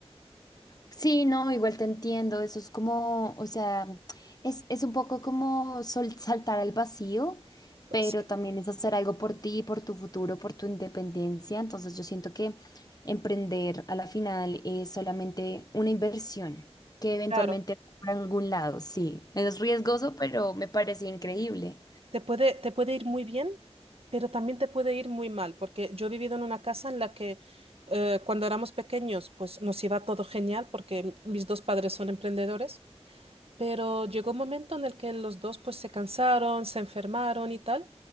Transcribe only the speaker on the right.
Sí,
claro.
Te puede, te puede ir muy bien, pero también te puede ir muy mal, porque yo he vivido en una casa en la que eh, cuando éramos pequeños, pues nos iba todo genial, porque mis dos padres son emprendedores, pero llegó un momento en el que los dos pues se cansaron, se enfermaron y tal,